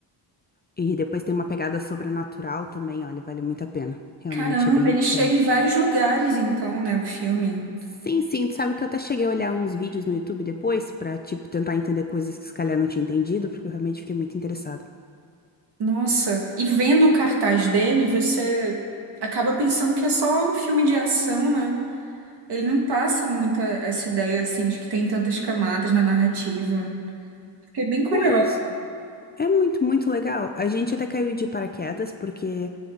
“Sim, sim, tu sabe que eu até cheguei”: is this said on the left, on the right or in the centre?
Left